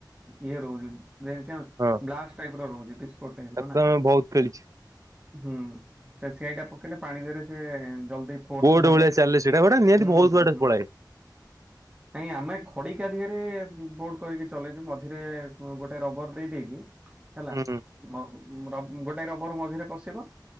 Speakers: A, on the right (about 20°); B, on the right (about 45°).
A: ଇଏ ରହୁଛି। <unintelligible>
B: ହଁ
A: ଟାଇପର ରହୁଛି। ଟାଇପ୍
B: ତାକୁ
A: ର ନା
B: ଆମେ ବହୁତ ଖେଳିଛୁ।
A: ସେ ହୁଁ, ତ ସେଇଟା ପକେଇଲେ ପାଣି ଦେହରେ ସିଏ ଜଲଦି ଫୋର୍ସ
B: ବୋଟ
A: ଲାଗେ
B: ଭଳିଆ ଚାଲେ ସେଇଟା ଗୋଟେ ନିହାତି
A: ହୁଁ
B: ବହୁତ
A: ହୁଁ
B: ବାଟ
A: ହୁଁ।
B: ପଳାଏ।
A: ନାଇଁ ଆମେ ଖଡିକା ଦେହରେ ବୋର୍ଟ କରିକି ଚଲେଇଛୁ ମଝିରେ ଗୋଟେ ରବର ଦେଇ ଦେଇ ଦେଇକି। ହେଲା।
B: ହୁଁ
A: ମ ର ଗୋଟାଏ ରବର ମଝିରେ ପଶିବ।